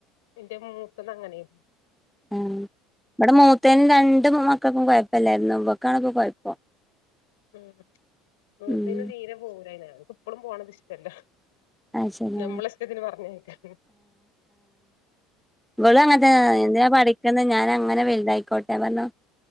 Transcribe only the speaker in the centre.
ആഹ്‌ ഇവിടെ മൂത്തേനും രണ്ട് മക്കൾക്കും കുഴപ്പല്ലായിരുന്നു വക്കാണ് ഇപ്പ കുഴപ്പം
ഉം
അത് ശരി
ഇവള് അങ്ങനത്തെ എന്തിനാ പഠിക്ക ഞാൻ അങ്ങനെ വലുതായിക്കോട്ടെ പറഞ്ഞ